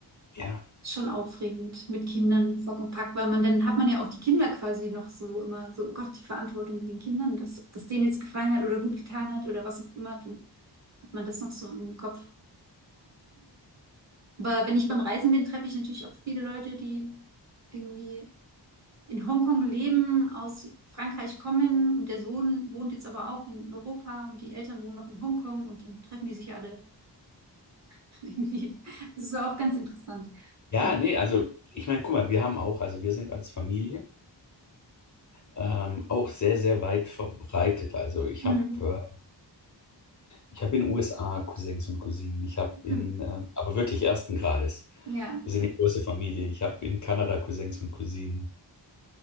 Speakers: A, on the left; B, on the right.
A: Ja,
B: Schon aufregend mit Kindern Sack und Pack, weil man dann hat man ja auch die Kinder quasi noch so immer so, oh Gott, die Verantwortung mit den Kindern, dass das denen jetzt gefallen hat oder gut getan hat oder was auch immer, dann hat man das noch so im Kopf. Aber wenn ich beim Reisen bin, treffe ich natürlich auch viele Leute, die irgendwie in Hongkong leben, aus Frankreich kommen und der Sohn wohnt jetzt aber auch in Europa und die Eltern wohnen noch in Hongkong und dann treffen die sich ja alle <laughs> irgendwie. Das ist auch ganz interessant.
A: ja,
B: Und
A: nee, also ich meine, guck mal, wir haben auch, also wir sind als Familie ähm, auch sehr, sehr weit verbreitet. Also ich
B: Mhm.
A: habe äh, ich habe in den USA Cousins und Cousinen. Ich habe
B: Mhm.
A: in, ähm, aber wirklich ersten Grades.
B: ja,
A: Wir sind eine große Familie. Ich habe in Kanada Cousins und Cousinen.